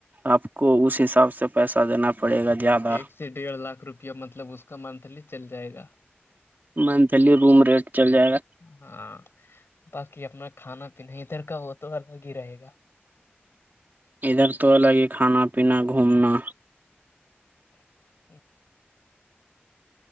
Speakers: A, on the right; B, on the left.
A: آپ کو اس حساب سے پیسہ دینا پڑے گا زیادہ
B: ایک سے ڈیڑھ لاکھ روپیہ مطلب اس کا منتھلی چل جائے گا
A: منتھلی روم ریٹ چل جائے گا
B: ہاں باقی اپنا کھانا پینا ادھر کا وہ تو الگ ہی رہے گا
A: ادھر تو الگ ہی کھانا پینا گھومنا
B: <inaudible>